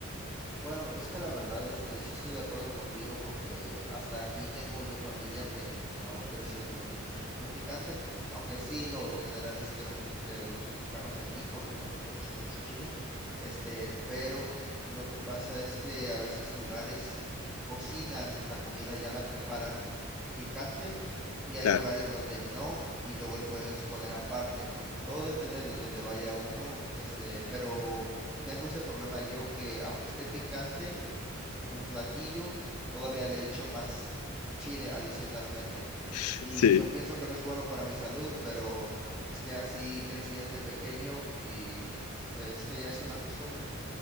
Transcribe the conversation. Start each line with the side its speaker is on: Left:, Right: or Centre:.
Centre: Bueno, es que la verdad, este, sí estoy de acuerdo contigo porque hasta aquí tengo yo familia que n- no creció comiendo muy, muy picante, aunque sí lo general es que, un- que los mexicanos aquí comemos mucho, mucho chile, este, pero lo que pasa es que a veces lugares cocinan la comida, ya la preparan picante y hay
Left: Claro,
Centre: lugares donde no y luego le puedes poner aparte. Todo depende de dónde vaya uno, este, pero tengo ese problema yo que aunque esté picante un platillo, todavía le echo más chile adicionalmente.
Left: <laughs>
Centre: Y yo pienso
Left: sí.
Centre: que no es bueno para mi salud, pero es que así crecí desde pequeño y es que ya es una costumbre.